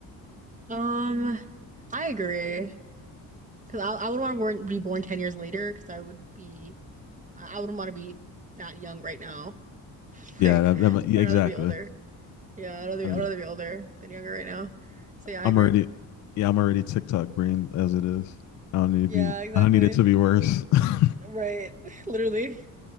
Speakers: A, on the right; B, on the left.
A: Um, I agree. Because I, I would want to born, be born 10 years later because I would be, I I wouldn't want to be that young right now. <laughs>
B: Yeah,
A: Like,
B: that, that, might- yeah,
A: I'd
B: exactly.
A: rather be older. Yeah, I'd rather
B: I
A: be,
B: mean,
A: I'd rather be older than younger right now. So yeah, I
B: I'm
A: agree.
B: already, yeah, I'm already TikTok brain as it is. I don't need to
A: Yeah,
B: be,
A: exactly.
B: I don't need it to be worse. <laughs>
A: Right. <laughs> Literally.